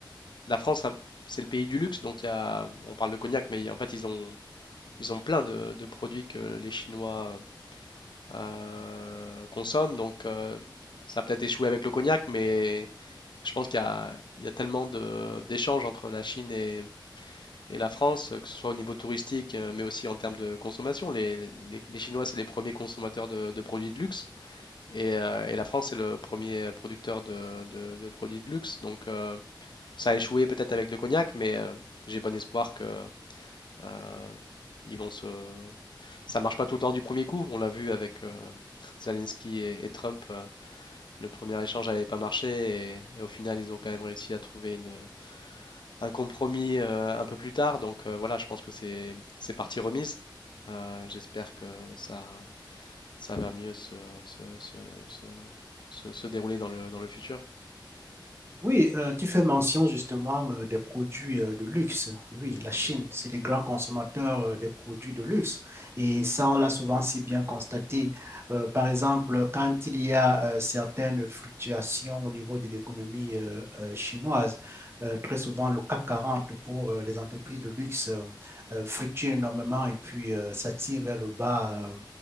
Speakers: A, on the left (about 65°); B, on the right (about 30°).
A: la France, a- c'est le pays du luxe, donc il y a, on parle de cognac, mais en fait, ils ont Ils ont plein de, de produits que les Chinois euh, consomment, donc euh, ça a peut-être échoué avec le cognac, mais je pense qu'il y a, il y a tellement de- d'échanges entre la Chine et, et la France, que ce soit au niveau touristique, euh, mais aussi en termes de consommation. Les, les- les Chinois, c'est les premiers consommateurs de, de produits de luxe, et, euh, et la France, c'est le premier producteur de, de- de produits de luxe. Donc euh, ça a échoué peut-être avec le cognac, mais euh, j'ai bon espoir que euh, ils vont se, ça marche pas tout le temps du premier coup. On l'a vu avec euh, Zelensky et, et Trump. euh, Le premier échange n'avait pas marché et, et au final, ils ont quand même réussi à trouver une, un compromis euh, un peu plus tard. Donc euh, voilà, je pense que c'est c'est partie remise. Euh, j'espère que ça, ça va mieux se, se, se, se, se- se dérouler dans le, dans le futur.
B: Oui, euh, tu fais mention justement euh, des produits euh, de luxe. Oui, la Chine, c'est les grands consommateurs euh, des produits de luxe. Et ça, on l'a souvent si bien constaté. Euh, par exemple, quand il y a euh, certaines fluctuations au niveau de l'économie euh, euh, chinoise, euh, très souvent le CAC 40 pour euh, les entreprises de luxe euh, euh, fluctue énormément et puis euh, ça tire vers le bas euh,